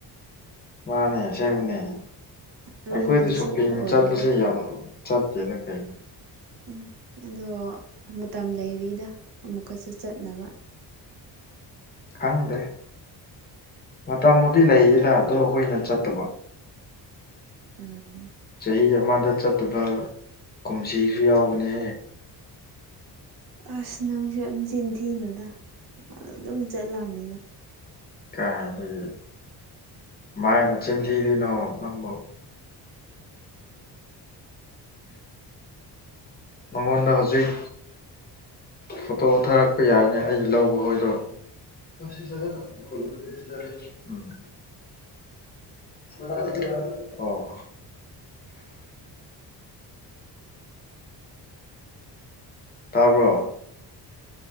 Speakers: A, on the left; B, on the right.
A: ꯃꯥꯅꯦ ꯑꯦꯡꯕꯅꯦ
B: ꯑꯔꯣꯏꯕꯗꯤ
A: ꯑꯩꯈꯣꯏꯗ ꯁꯣꯞꯄꯤꯡ
B: ꯁꯨꯡꯑꯣꯏ ꯑꯣꯏꯔꯣꯏꯗ
A: ꯆꯠꯄꯁꯦ ꯌꯥꯝ ꯆꯠꯇꯦꯅ ꯀꯩ
B: ꯎꯝ ꯑꯗꯣ ꯃꯇꯝ ꯂꯩꯔꯤꯗ ꯑꯃꯨꯛꯀꯁꯨ ꯆꯠꯅꯕ
A: ꯈꯪꯗꯦ ꯃꯇꯝꯕꯨꯗꯤ ꯂꯩꯌꯦꯗ ꯑꯗꯣ ꯑꯩꯈꯣꯏꯅ ꯆꯠꯇꯕ
B: ꯎꯝ
A: ꯆꯍꯤ ꯑꯃꯗ ꯆꯠꯇꯕ ꯀꯨꯝꯁꯤꯁꯨ ꯌꯥꯎꯕꯅꯦ
B: ꯑꯁ ꯅꯪꯁꯦ ꯑꯗꯨ ꯆꯤꯟꯊꯤꯅꯣꯗ ꯑꯗꯨꯝ ꯆꯠꯂꯕꯅꯤꯅ
A: ꯀꯥꯏꯅꯒꯤ ꯃꯥꯏꯅ ꯆꯤꯟꯊꯤꯗꯣꯏꯅꯣ ꯅꯪꯕꯨ ꯃꯉꯣꯟꯗ ꯍꯧꯖꯤꯛ ꯐꯣꯇꯣ ꯊꯥꯔꯛꯄ ꯌꯥꯏꯅꯦ ꯑꯩ ꯂꯧꯕ ꯍꯣꯏꯗꯣ ꯆ <inaudible> <unintelligible> <unintelligible> ꯑꯣ ꯇꯥꯕ꯭ꯔꯣ